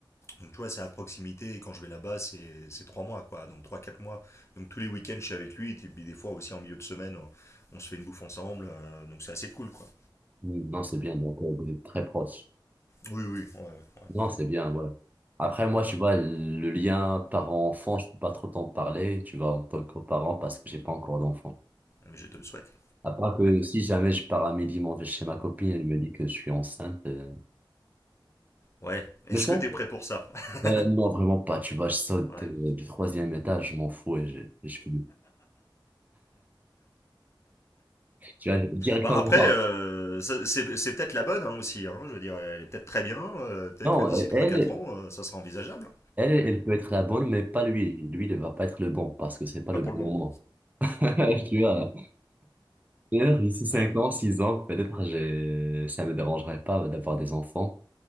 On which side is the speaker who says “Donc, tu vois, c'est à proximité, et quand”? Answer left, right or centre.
Left